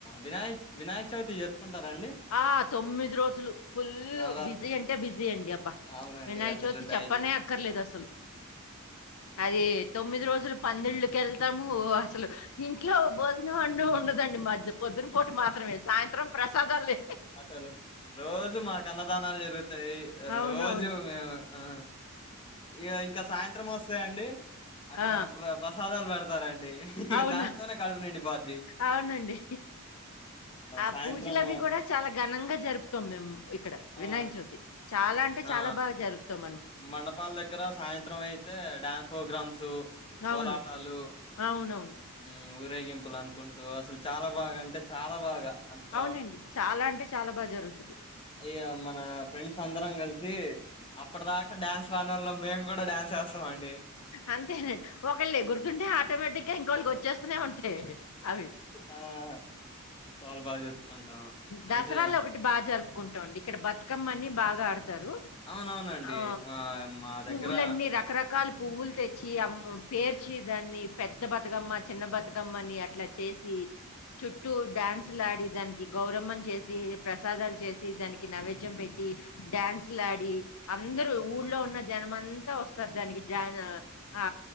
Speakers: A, on the left; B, on the left.
A: వినాయక్ వినాయక్ చవితి జరుపుకుంటారం
B: ఆ తొమ్మిది రోజులు ఫుల్లు
A: నవరాత్రులు
B: బిజీ అంటే బిజీ అండి అబ్బా
A: అవునండి
B: వినాయక
A: అసలు
B: చవితి
A: డైలీ
B: చెప్పనే అక్కర్లేదు అసలు అది తొమ్మిది రోజు అసలు పదింల్లుకెళ్తాము అసలు ఇంట్లో బో అంటు ఉండదండి మధ్య పొద్దున పూట మాత్రమే సాయంత్రం ప్రసాద లే
A: అతను రోజు మాకన్నదానాలె జరుగు తయి
B: అవునవును.
A: రోజు మేము ఆ ఇగ ఇంకా సాయంత్రం వస్తాయండి. అక్కడ
B: ఆ!
A: ప్ర ప్రసాదాలు పెడతారండి ఇగ
B: అవును.
A: దాంతోనే కడుపునిండి పోత్ది
B: అవునండి ఆ
A: సాయంత్రము
B: పూజలు అవి కూడా చాలా ఘనంగా జరుపుతం మేము ఇక్కడ
A: ఆ
B: వినాయక చవితి చాలా అంటే
A: ఆ
B: చాలా బాగా జరుపుతం
A: మండపాల దగ్గర సాయంత్రం అయితే డ్యాన్స్ ప్రోగ్రామ్స్ కోలాటాలు
B: అవును. అవునవును.
A: హ్మ్ ఊరేగింపులు అనుకుంటూ అసల్ చాలా బాగా అంటే చాలా బాగా అంత
B: అవునండి చాలా అంటే చాలా బాగా జరుగుతుంది
A: అయ్యో మన ఫ్రెండ్స్ అందరం కలిసి అప్పటి దాకా డ్యాన్స్ రానోళ్ళమ్ మేము కుడా డ్యాన్స్ <unintelligible> అండి
B: అంతేనండి ఒకళ్ ఎగురుతుంటే ఆటోమేటిక్ గా ఇంకోళ్ళక్ వచ్చేస్తూనే ఉంటయి అవి
A: ఆహా ఆ చాలా బాగా జరుపుకుంటాం
B: దసరాలో
A: అయితే
B: ఒకటి బా జరుపుకుం ఇక్కడ బతుకమ్మని బాగా ఆడు కుంటారు
A: అవునవునండి
B: ఆ
A: మా
B: పువ్వులన్నీ
A: దగ్గర
B: రకరకాల్ తెచ్చి అమ్ము పేర్చి దాన్ని పెద్ద బతుకమ్మ చిన్న బతుకమ్మని అట్లా చేసి చుట్టూ డ్యాన్సులడి దానికి గౌరమ్మను చేసి ప్రసాదాలు చేసి దానికి నైవేద్యం పెట్టి డ్యాన్స్ లాడి అందరూ ఊళ్లో ఉన్న జనం అంతా వస్తరు దానికి జాను ఆ